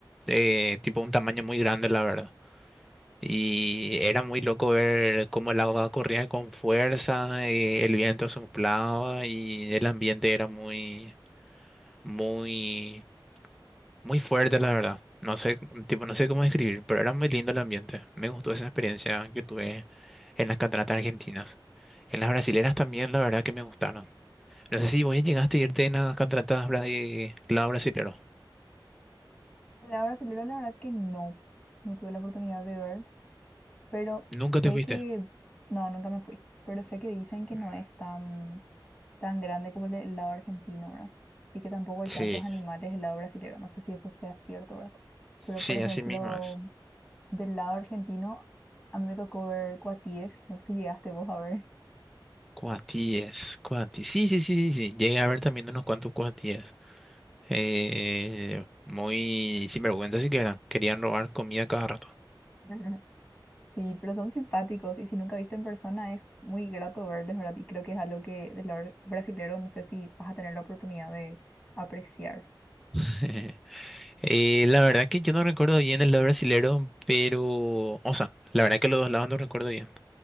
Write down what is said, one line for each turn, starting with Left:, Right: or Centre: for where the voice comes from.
Centre: eh, tipo un tamaño muy grande, la verdad. Y era muy loco ver cómo el agua corría con fuerza, eh, el viento soplaba y el ambiente era muy, muy, muy fuerte, la verdad. No sé, tipo, no sé cómo describir, pero era muy lindo el ambiente. Me gustó esa experiencia que tuve en las cataratas argentinas. En las brasileras también, la verdad que me gustaron. No sé si vos ya llegaste a irte en las cataratas bra- de lado brasilero.
Left: La hora Celero, la verdad que no, no tuve la oportunidad de ver, pero
Centre: Nunca
Left: sé
Centre: te fuiste.
Left: que, no, nunca me fui, pero sé que dicen que
Centre: Mm,
Left: no es tan tan grande como el, de- el lado argentino, ¿verdad? Y que tampoco hay
Centre: Sí,
Left: tantos animales del lado brasileño. No sé si eso sea cierto, ¿verdad?
Centre: sí,
Left: Pero, por ejemplo,
Centre: así mismo es.
Left: del lado argentino, a mí me tocó ver cuatíes. No sé si llegaste vos a ver.
Centre: Cuatíes, cuatíes. Sí, sí, sí, sí, sí. Llegué a ver también unos cuantos cuatíes. Eh, muy sinvergüenza sí que eran. Querían robar comida cada rato.
Left: <laughs> Sí, pero son simpáticos y si nunca viste en persona es muy grato verles, ¿verdad? Y creo que es algo que del lado brasilero no sé si vas a tener la oportunidad de apreciar.
Centre: <laughs> Eh, la verdad que yo no recuerdo bien el lado brasilero, pero... O sea, la verdad que los dos lados no recuerdo bien.